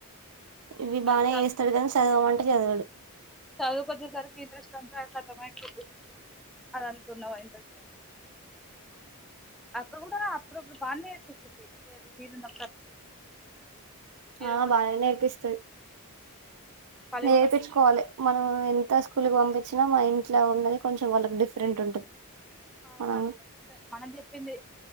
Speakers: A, on the right; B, in the centre.
A: ఇవి
B: అది
A: బానే వేస్తాడు కానీ చదవమంట అ చదవడు
B: చదువు కోద్దేసరికి ఇంట్రెస్ట్ అంతా ఖతం అయిపోద్ది అది అనుకున్నావా ఇంట్రెస్ట్ అంత అక్క కూడా అప్పుడప్పుడు బానె నేర్పించిద్ది వీలున్న
A: ఆ
B: ఒకటి
A: బాగానే నేర్పిస్తుది
B: ఖాళీగా
A: నేర్పిచ్చుకోవాలి
B: ఉన్నప్పుడు
A: మనం ఎంత స్కూల్కి పంపించినా మా ఇంట్లో ఉన్నది కొంచెం వాళ్ళకి డిఫరెంట్ ఉంటది
B: అవునక్క
A: మనం
B: <inaudible> మనం చెప్పింది